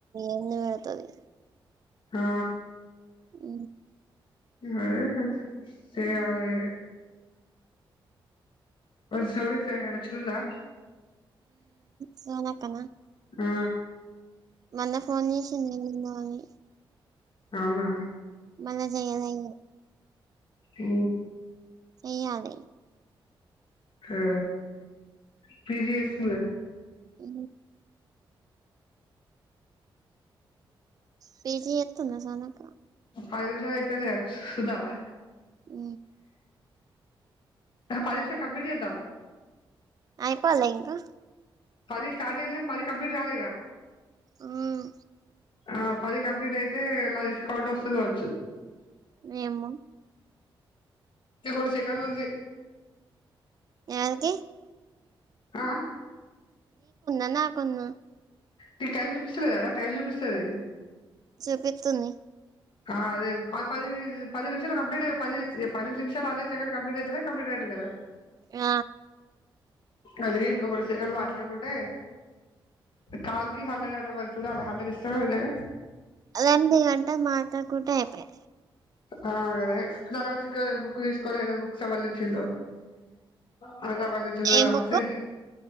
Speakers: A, on the right; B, on the left.
A: ఎందు వెడతుది
B: ఆా
A: అ
B: అదే సియది సోర సార్చందా
A: సనక
B: ఆ
A: మొన్న ఫోన్ చేసి నంద అని
B: అవునా
A: మన చేయలే
B: ఆ
A: చే్యద
B: అ ఫరిస్తుంది
A: ఉ పీజీ ఎ నా సనక
B: పద నిమిషా అయిపోయింది సదావా
A: అ
B: పదిష కపుపిజదా
A: అయిపోాల ఇంకా
B: పది స్టార్ట్ అయంది పది కంప్లీట్ కాల
A: ఉమ్
B: ఆ పది కంప్లీట్ అయితే ఇలా తెచ్చ కాాలట్ వస్తుంది కావచ్చు
A: మేము
B: ఇంకా మూడు సేకలుంది
A: ఎవల్కి
B: ఆ
A: నకున్ను
B: నకు టైం చూపిస్తులేడా టైం చూపిస్తుది
A: చూపిస్తుంది
B: అదే అది పది నిమిషాలు కంప్లీట్ పది పది నిమిషాలు అదే సెకండ్ కంప్లీట్ అయితే కంప్లీట్ తుది కద
A: ఆ
B: అది ఇంక కొన్ని సెకండ్లు మాట్లాడుకుంటే కాల్కి హండ్రెడ్ అట మరి చూడాలి హండ్రెడ్ ఇస్తరో ఇయ్యరో
A: ఎనిమిది గంటలు మాట్లాడుకుంటే అయిపాయ్
B: ఆగదే తర్వాత ఇంకో ఏ బుక్ తీసుకోవాలో ఏదైనా బుక్స్ ఎవలుతెచ్చిల్లో నాకు సంబంధించస్తే
A: ఏం బుక్కు